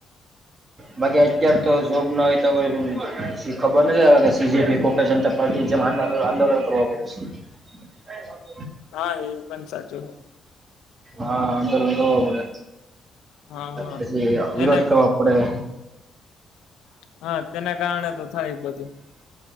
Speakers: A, on the right (about 35°); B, on the left (about 85°).
A: બાકી અત્યાર તો જોબ ના હોય તો ખબર નથી આવે કે સીજપી કોપ જનતા પાર્ટી જેમ આંદોલન કરવા પડે છે હ <unintelligible>
B: હા એ પણ સાચું.
A: હાલકલ પડે.
B: હા હા
A: પછી વિરોધ
B: એના
A: કરવો પડે. <unintelligible>
B: હા તેના કારણે તો થાય જ બધું